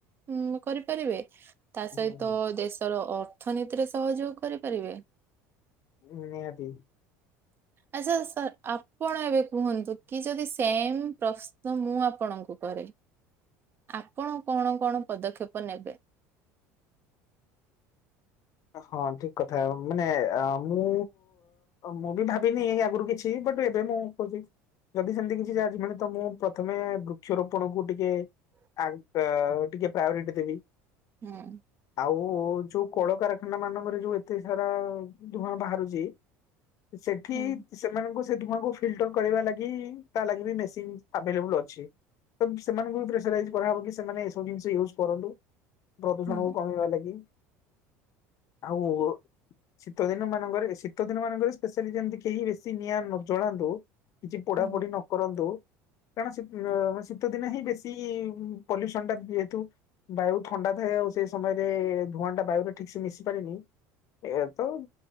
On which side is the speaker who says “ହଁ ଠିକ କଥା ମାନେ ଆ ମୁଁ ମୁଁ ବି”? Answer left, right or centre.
Left